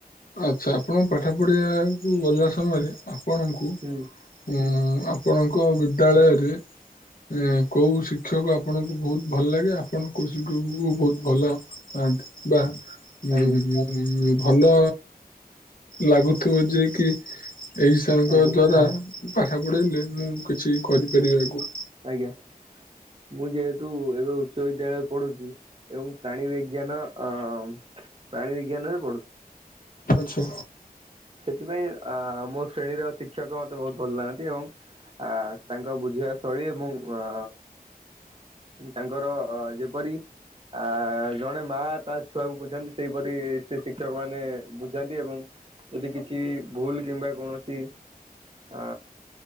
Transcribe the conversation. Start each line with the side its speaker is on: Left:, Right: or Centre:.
Left: ଆଚ୍ଛା ଆପଣ ପାଠ ପଢ଼ିବାକୁ ଗଲା ସମୟରେ ଆପଣଙ୍କୁ ଉ
Right: ହୁଁ ହୁଁ
Left: ଆପଣଙ୍କ ବିଦ୍ୟାଳୟରେ
Right: ହୁଁ
Left: କୋଉ ଶି ଶିକ୍ଷକ ଆପଣଙ୍କୁ ବହୁତ ଭଲ ଲାଗେ ଆପଣ କଉ ଶିକ୍ଷକ କୁ ବହୁତ ଭଲ ପାଆନ୍ତି ବା ଉ
Right: ଆଜ୍ଞା
Left: ଊ ଭଲ ଲାଗୁଥିବ ଯ କି ଏହିଇ ସାର ଙ୍କ
Right: ଆଜ୍ଞା
Left: ଦ୍ଵାରା ପାଠ ପଢେଇଲେ ମୁଁ କିଛି କରିପାରିବି
Right: ହୁଁ
Left: ଆଗକୁ।
Right: ଆଜ୍ଞା। ମୁଁ ଯେହେତୁ ଏବେ ଉଚ୍ଚ ବିଦ୍ୟାଳୟରେ ପଢୁଛି ଏବଂ ପ୍ରାଣୀ ବିଜ୍ଞାନ ଅମ ପ୍ରଣି ବିଜ୍ଞାନ ରେ ପଡୁଛି।
Left: ଆଛା
Right: ସେଥିପାଇଁ ଅ ମୋ ଶ୍ରେଣୀର ଶିକ୍ଷକ ମତେ ବହୁତ ଭଲ ଲାଗନ୍ତି ଏବଂ ଆ ତାଙ୍କ ବୁଝିବା ଶୈଳୀ ଏବଂ ଆ ତାଙ୍କର ଅ ଯେପରି ଆ ଜଣେ ମା ତା ଛୁଆକୁ ବୁଝାନ୍ତି ସେଇପରି ସେ ଶିକ୍ଷକ ମାନେ ବୁଝାନ୍ତି ଏବଂ ଯଦି କିଛି ଭୁଲ କିମ୍ବା କୌଣସି ଆ